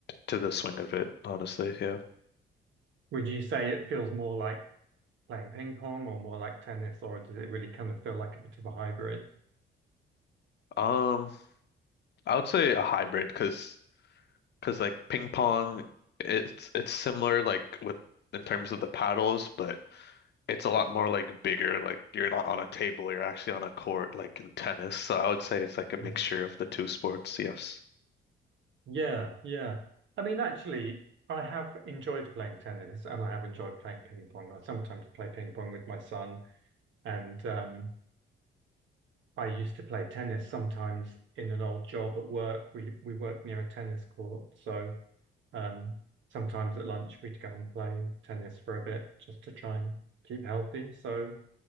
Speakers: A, on the left; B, on the right.
A: to the swing of it, honestly. Yeah.
B: Would you say it feels more like playing ping pong or more like tennis, or does it really kind of feel like a bit of a hybrid?
A: Um, I would say a hybrid because because like ping pong, it's it's similar like with in terms of the paddles, but it's a lot more like bigger. Like you're not on a table, you're actually on a court, like in tennis. So I would say it's like a mixture
B: Mhm.
A: of the two sports. Yes.
B: Yeah, yeah. I mean, actually, I have enjoyed playing tennis and I have enjoyed playing ping pong. I sometimes play ping pong with my son, and um, I used to play tennis sometimes in an old job at work. We we worked near a tennis court, so um, sometimes at lunch we'd go and play tennis for a bit just to try and keep healthy. So